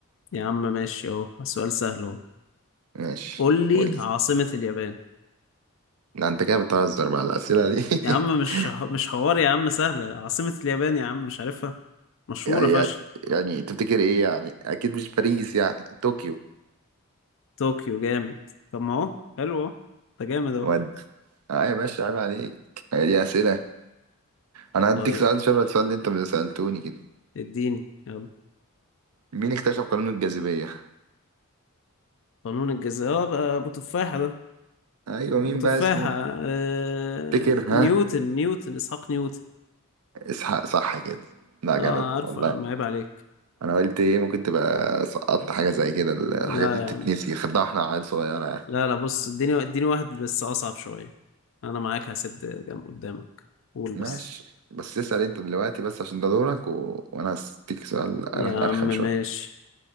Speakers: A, on the left; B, on the right.
A: يا عم ماشي اهو سؤال سهل اهو
B: ماشي
A: قول لي
B: قول
A: عاصمه اليابان
B: لا انت كده بتهزر بقى الاسئله دي
A: يا عم
B: <laughs>
A: مش مش حوار يا عم سهلة عاصمة اليابان يا عم مش عارفها مشهورة
B: يعني
A: فشخ
B: يعني تفتكر ايه يعني اكيد مش باريس يعني طوكيو
A: طوكيو جامد طب ما اهو حلو اهو ده جامد اهو
B: ودي اه يا باشا عيب عليك هي دي اسئله انا هديك
A: طيب
B: سؤال شبه السؤال اللي انت ما سالتوني كده
A: اديني يلا
B: مين اكتشف قانون الجاذبيه
A: قانون الجاذبية اه بقى ابو تفاحة ده
B: ايوه مين
A: ابو تفاحة
B: بقى اسمه
A: آه...
B: تفتكر ها
A: نيوتن نيوتن اسحاق نيوتن
B: اسحاق صح كده لا جامد
A: اه عارفه
B: والله
A: يا عم عيب عليك
B: انا قلت ايه ممكن تبقى سقطت حاجه زي كده الحاجات
A: لا
B: دي بتتنسي
A: يا عم
B: خدها واحنا عيال صغيره يعني
A: لا لا بص اديني اديني واحد بس اصعب شوية انا معاك هسد جنب قدامك قول بس
B: ماشي بس اسال انت دلوقتي بس عشان ده دورك و... وانا هديك سؤال أر-
A: يا عم
B: ارخم
A: ماشي
B: شويه